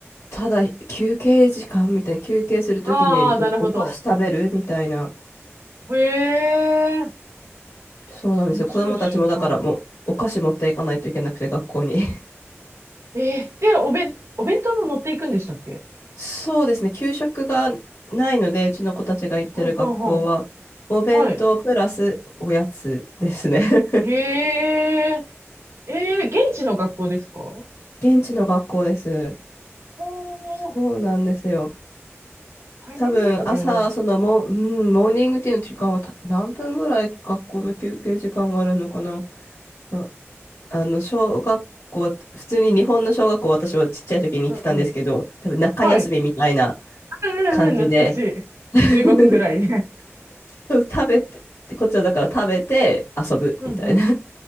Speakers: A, on the left; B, on the right.
A: ただ休憩時間みたいな、休憩するときにお、
B: ああ、なるほど。
A: お菓子食べるみたいな。
B: へえ、
A: そうなんですよ。
B: 面白い習慣。
A: 子供たちもだからもうお菓子持っていかないといけなくて学校に。<laughs>
B: えー、で、おべん、お弁当も持っていくんでしたっけ
A: そうですね。給食がないので、うちの子たちが行ってる学校は、
B: ほうほうほう。
A: お弁当プラスおやつですね。
B: はい。
A: <laughs>
B: へえ、ええ現地の学校ですかほ
A: 現地の学校です。
B: ー、
A: そうなんですよ。
B: 大変ですね、
A: 多分朝、
B: 前。
A: そのもう、うん、モーニングティーの時間はた何分ぐらい学校の休憩時間があるのかな。まあの、小学校、普通に日本の小学校、私はちっちゃい時に行ってたんですけど、
B: うんうん。
A: 多分中休みみたいな
B: はい。うんうんうん、
A: 感じで、
B: 懐かしい。
A: <laughs>
B: 15分ぐらいね。
A: 食べて、こっちはだから食べて遊ぶみたいな
B: うんうん。